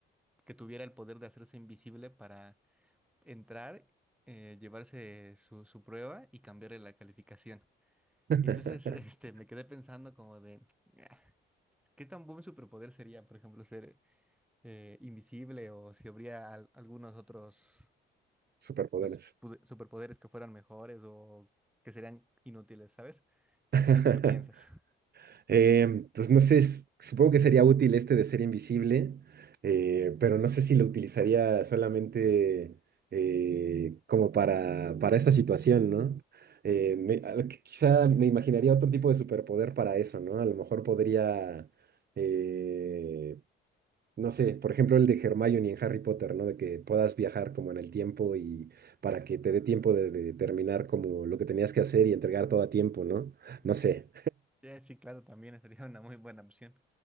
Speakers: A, in the centre; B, on the right.
A: que tuviera el poder de hacerse invisible para entrar, eh, llevarse su, su prueba y cambiarle la calificación.
B: <laughs>
A: Y entonces <laughs> este, me quedé pensando como de, "Ah, ¿qué tan buen superpoder sería, por ejemplo, ser... eh, invisible o si habría al- algunos otros
B: Superpoderes.
A: unos pude- superpoderes que fueran mejores o que serían inútiles, ¿sabes?
B: <laughs>
A: No sé, ¿tú qué piensas? <laughs>
B: Em, pues no sé, s- supongo que sería útil este de ser invisible, eh, pero no sé si lo utilizaría solamente eh, como para, para esta situación, ¿no? Eh, me- al- qu- quizá me imaginaría otro tipo de superpoder para eso, ¿no? A lo mejor podría, eh, No sé, por ejemplo, el de Hermione en Harry Potter, ¿no? De que puedas viajar como en el tiempo y para que te dé tiempo de, de terminar como lo que tenías que hacer y entregar todo a tiempo, ¿no? No sé,
A: Sí. Sí, sí, claro, también sería una muy buena opción.